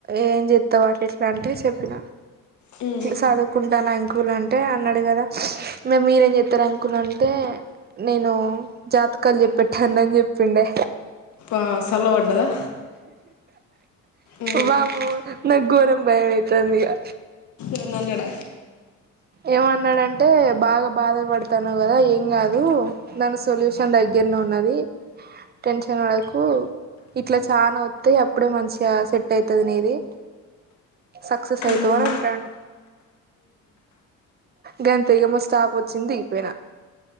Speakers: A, on the right; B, on the left.
A: ఏం చెతావు అట్లా ఇట్లా అంటే చెప్పిన
B: హ్మ్
A: చదువుకుంటాను అంకుల్ అంటే అన్నాడు కదా ఇరి మీరేం చెతారు అంకుల్ అంటే నేను జాతకాలు చెప్పెట్టా అన్నని చెప్పిండే
B: ఇ సల వాడ్ంటదా ఎవరిని
A: బామ నాకు ఘోరం భయం అవుతుంది ఇక
B: ఏన్నన్నడ
A: ఏమన్నాడంటే బాగా బాధపడుతాన్నావు కదా ఏం కాదు దాని సొల్యూషన్ దగ్గర నువ్ అన్నది టెన్షన్ పడకు ఈ ఇట్లా చాలా వస్తాయి అప్పుడే మంచిగా సెట్ అవుతుంది నీది సక్సెస్ అవుతవార
B: ఉహు.
A: అంటాడు గంతగమ్మో స్టాప్ వచ్చింది దిగిపోయినా